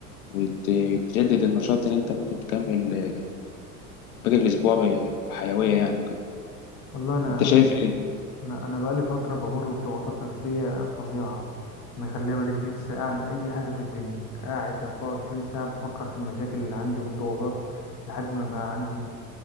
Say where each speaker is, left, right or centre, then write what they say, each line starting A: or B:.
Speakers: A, on the left; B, on the left.
A: وتجدد النشاط اللي انت ممكن تكمل باقي الأسبوع ب- بحيوية يعني وكده
B: والله أنا
A: انت شايف ايه؟
B: أنا أنا بقالي فترة بمر بضغوطات نفسية فظيعة مخليها ماليش نفسي أعمل أي حاجة في الدنيا قاعد 24 ساعة بفكر في المشاكل اللي عندي والضغوطات لحد ما بقى عندي